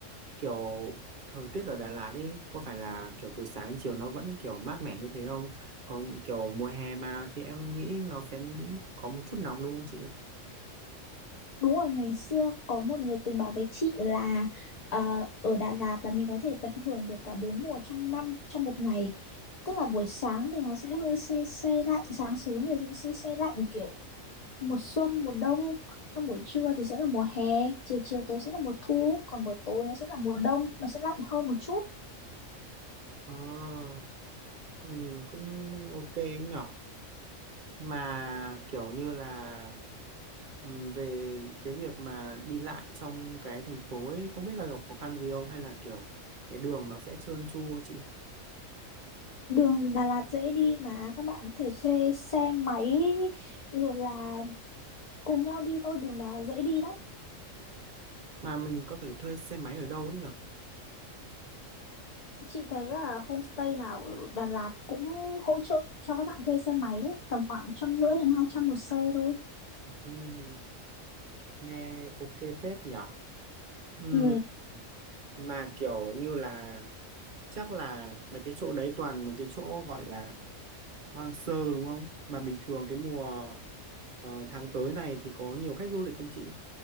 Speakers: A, on the right (about 45°); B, on the left (about 35°).
A: kiểu thời tiết ở Đà Lạt ấy có phải là kiểu từ sáng đến chiều nó vẫn kiểu mát mẻ như thế không còn kiểu mùa hè mà thì em nghĩ nó sẽ có một chút nóng đúng không chị
B: Đúng rồi, ngày xưa có một người từng bảo với chị là ờ, ở Đà Lạt là mình có thể tận hưởng được cả bốn mùa trong năm trong một ngày. Tức là buổi sáng thì nó sẽ hơi se se lạnh, sáng sớm thì sẽ se se lạnh kiểu mùa xuân, mùa đông, xong buổi trưa thì sẽ là mùa hè, chiều chiều tối sẽ là mùa thu, còn buổi tối nó sẽ là mùa đông, nó sẽ lạnh hơn một chút.
A: Ờ, ừm, cũng ok nhỉ mà kiểu như là ừm, về cái việc mà đi lại trong cái thành phố ấy không biết là gặp khó khăn gì không hay là kiểu cái đường nó sẽ trơn tru chị
B: Đường Đà Lạt dễ đi mà các bạn có thể thuê xe máy rồi là cùng nhau đi thôi, đường Đà Lạt dễ đi lắm.
A: mà mình có thể thuê xe máy ở đâu ấy nhở
B: Chị thấy là homestay nào ở Đà Lạt cũng hỗ trợ cho các bạn thuê xe máy đấy, tầm khoảng trăm rưỡi đến hai trăm một xe thôi.
A: Ừm, nghe ok phết nhở Ừm,
B: Ừ.
A: mà kiểu như là chắc là mấy cái chỗ đấy toàn mấy cái chỗ gọi là hoang sơ đúng không mà bình thường cái mùa ờ, tháng tới này thì có nhiều khách du lịch không chị